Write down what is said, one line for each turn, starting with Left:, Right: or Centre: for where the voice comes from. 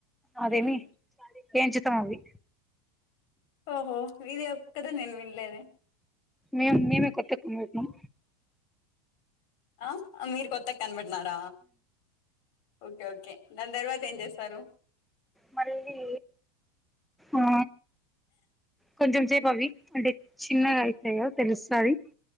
Centre: అదేమి
Left: ఉమ్
Centre: ఎంచుతం అవి
Left: ఓహో ఇది ఏ కదా నేను వినలేదే
Centre: మేము మేమే కొత్త పెట్టినాం
Left: ఆ మీరు కొత్త గా కనిపెట్టినార ఓకే ఓకే దాని తర్వాత ఏం చేస్తారు
Centre: మళ్ళీ ఆ కొంచెం సేపు అవి అంటే చిన్నగా అయితాయి కదా తెలుస్తది